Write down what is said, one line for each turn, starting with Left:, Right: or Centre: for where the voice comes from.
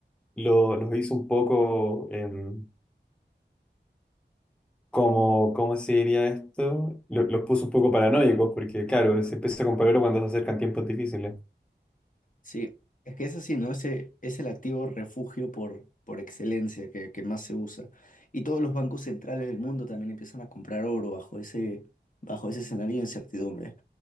Centre: lo- los hizo un poco, em, como, ¿cómo se diría esto? Lo- los puso un poco paranoicos, porque claro, se empieza a comprar oro cuando se acercan tiempos difíciles.
Left: Sí, es que es así, ¿no? Ese es el activo refugio por, por excelencia que, que más se usa. Y todos los bancos centrales del mundo también empiezan a comprar oro bajo ese, bajo ese escenario de incertidumbre.